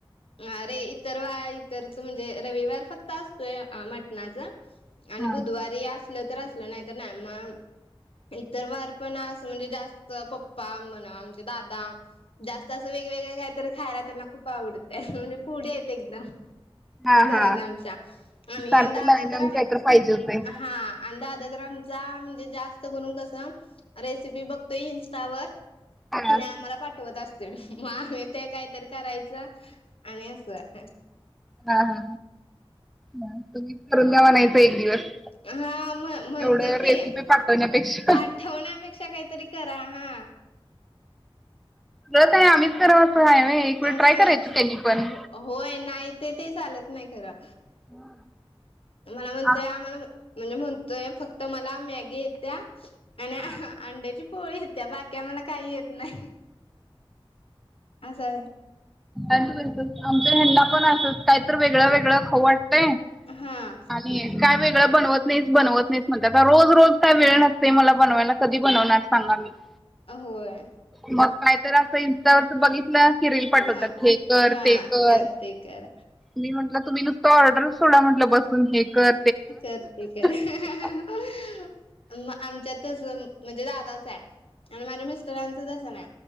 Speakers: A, on the left; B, in the centre.
A: अरे इतर वारी इतर म्हणजे रविवार फक्त असतोयं फक्त मटणाचा.
B: आहेत.
A: आणि बुधवारी असलं तर असलं नाही तर नाही मंग. तर वार पण असं म्हणजे जास्त पप्पा म्हणा आमचे दादा? जास्त असं वेगळं वेगळं कायतरी खायला त्यांना खूप आवडतें म्हणजे फ्रुडी हेत एकदम.
B: हा
A: घरात
B: हा
A: आमच्या आणि
B: सारखं
A: दादा
B: नवीन
A: तर
B: नवीन काहीतर
A: हा.
B: पाहिजे होतंय.
A: आणि दादा तर आमचा म्हणजे जास्त करून कसं रेसिपी बघतोयं इंटरेस्ट आहे. स्टावर
B: हा
A: आणि आम्हाला पाठवतं असतं. आम्ही कायतरी करायचं आणि असं.
B: हा हा तुम्हीच करून दया म्हण एक दिवस.
A: हा म्हण म्हणते
B: एवढं रेसिपी
A: कि
B: पाठवण्यापेक्षा
A: पाठ ठेवण्यापेक्षा काहीतरी करा हा.
B: रोज काय आम्हीचं करावंस हाय व्हवं एक वेळ ट्राय
A: असं
B: करायच त्यांनी पण.
A: हो होय, नाही ते ते चालत नाही खरं.
B: <inaudible>
A: मला म्हणतोयं
B: हा
A: आम्हाला म्हणतोय फक्त मला मॅगी येत्या आणि
B: हा
A: अंड्याची पोळी येत्या, बाकी आम्हाला काही येत नाही. असं हाय.
B: आमचा यांना पण असंच काही तर वेगळं वेगळं खाऊ वाटतंय
A: हां.
B: आणि काय वेगळं बनवतं नाहीसं, बनवत नाहीसं म्हणत्यात, आता रोज रोज काय वेळ नसतय मला बनवायला, कधी बनवणार सांगा ना? <inaudible>
A: होय.
B: मग काय तर असं इन्स्टा वर बघितलं कि रील पाठवतात
A: हा
B: हे कर
A: हा
B: ते कर.
A: करते करा
B: मी म्हटलं तुम्ही नुसतं ऑर्डर सोडा म्हटलं बसून हे कर
A: हे कर ते कर.
B: <inaudible>
A: आमच्यात तसं म्हणजे दादाचं हाय. आणि माझ्या मिस्टरांच तसं नाही.